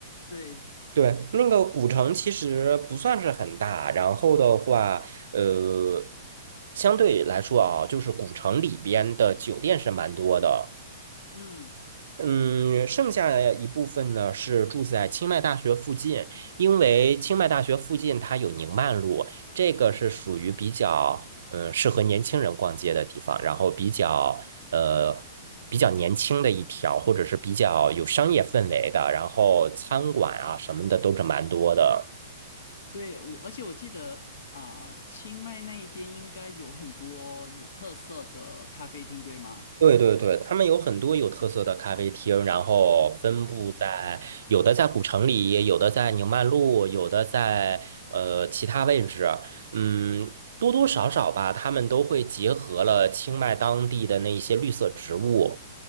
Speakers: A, on the left; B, on the right.
A: 对，
B: 对，那个古城其实不算是很大，然后的话，呃，相对来说啊，就是古城里边的酒店是蛮多的。
A: 嗯，
B: 嗯，剩下一部分呢是住在清迈大学附近，因为清迈大学附近它有宁曼路，这个是属于比较嗯适合年轻人逛街的地方，然后比较呃比较年轻的一条，或者是比较有商业氛围的，然后餐馆啊什么的都是蛮多的。
A: 对，我，而且我记得啊、清迈那一边应该有很多有特色的咖啡厅，对吗？
B: 对对对，他们有很多有特色的咖啡厅，然后分布在有的在古城里，
A: 嗯
B: 有的在宁曼路，有的在呃其他位置。嗯，多多少少吧，他们都会结合了清迈当地的那一些绿色植物。